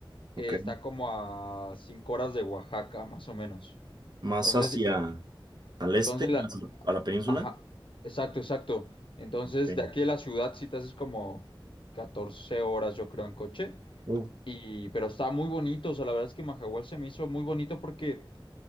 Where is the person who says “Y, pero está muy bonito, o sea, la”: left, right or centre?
Left